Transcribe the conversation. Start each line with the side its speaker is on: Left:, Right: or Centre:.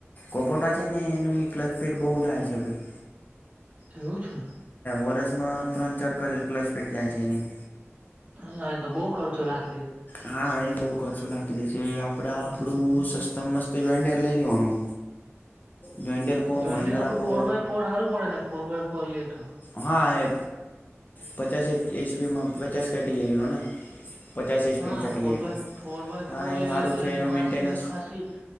Left: કોબોટો ને એનું ક્લચપેટ બહુ જાય છે ભાઈ.
Right: એવું છે?
Left: વર્ષમાં ત્રણ ચાર ક્લચપેટ જાય છે એની.
Right: ના એ તો બહું ખર્ચો લાગે.
Left: હા એ બહું ખર્ચો લાગી દે છે. આપડા
Right: હમ
Left: આપડું
Right: હમ હમ
Left: સસ્ત મસ્ત જો. લઈ લેવાનું. જોઈન્ડર કો
Right: જોઈડ
Left: મહિન્દ્રા
Right: આપડું
Left: કો
Right: ફોર બાય ફોર સારું પડે ને. ફોર બાય ફોર લઈ તો.
Left: હા! એ પચાસ એચપીમાં પચાસ કેટેગરીમાં ને. પચાસ એચપીની
Right: હા!
Left: કેટેગરીનો
Right: ફોર બાય ફોર બાય
Left: હા
Right: ફોર
Left: એ
Right: લઈ
Left: સારું
Right: લે તો,
Left: છે
Right: એની
Left: એનો
Right: માસીને
Left: મેન્ટેનન્સ
Right: ખાસી.